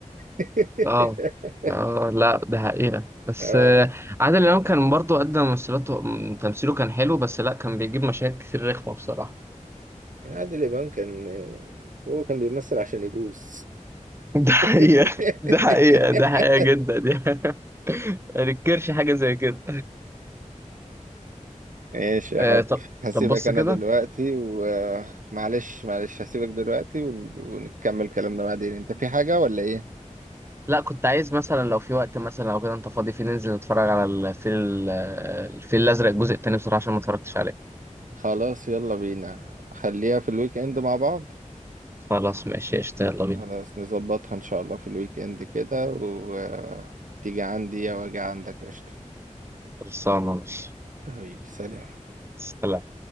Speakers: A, on the right (about 80°); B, on the right (about 20°).
A: <laughs>
B: اه اه لا ده حقيقة بس
A: اه
B: آه، عادل إمام كان برضه قدم ممثلاته م- تمثيله كان حلو بس لا كان بيجيب مشاهد كتير رخمة بصراحة
A: عادل امام كان آه، هو كان بيمثل عشان يبوس
B: <laughs> ده حقيقة
A: <laughs>
B: ده حقيقة ده حقيقة جدا يعني <laughs> ما ننكرش حاجة زي كده
A: ايش يا
B: آه
A: حب
B: طب
A: هسيبك
B: طب بص
A: انا
B: كده
A: دلوقتي ومعلش معلش هسيبك دلوقتي ون- ونكمل كلامنا بعدين انت في حاجة ولا ايه
B: لا كنت عايز مثلا لو في وقت مثلا او كده انت فاضي فيه ننزل نتفرج على الفيل ال- الفيل الازرق الجزء التاني بصراحه عشان ما اتفرجتش عليه
A: خلاص يلا بينا خليها في الويك اند مع بعض
B: خلاص ماشي قشطة يلا
A: خلاص
B: بينا
A: نظبطها ان شاء الله في الويك اند كده وتيجي عندي او اجي عندك قشطة
B: خلصانه ماشي
A: حبيبي سلام
B: سلام